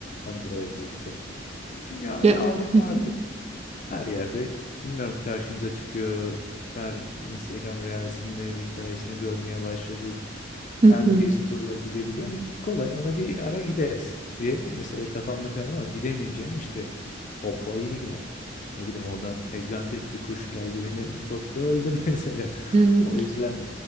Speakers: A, on the left; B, on the right.
A: ben buralara etmek isterim. Çünkü hani
B: Ya-
A: Avrupa
B: hı
A: artık her yerde bilmiyorum karşımıza çıkıyor. Her Instagram Reels'inde hikayesinde görmeye başladık.
B: hı,
A: Herkes turla gidebiliyor. Hani kolay ona bir ara gideriz diye mesela kafamda plan ama gidemeyeceğim işte Papua yine yine. Ne bileyim oradan egzantik bir kuş geldi beni soktu öldüm <laughs> mesela.
B: hı hı.
A: O yüzden